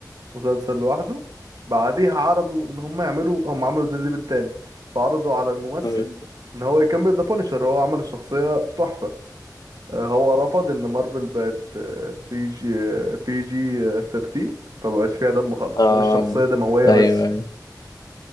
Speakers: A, on the right; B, on the left.
A: مسلسل لوحده بعديها عرضوا ان هم يعملوا هم عملوا ديدبل تاني فعرضوا على الممثل
B: مم.
A: ان هو يكمل ذا بانشر هو عمل الشخصية تحفة آه، هو رفض ان مارفل بقت بي جي بي جي 13 فمبقاش فيها دم خالص
B: آه
A: والشخصية دموية
B: أيوه
A: بس
B: أيوه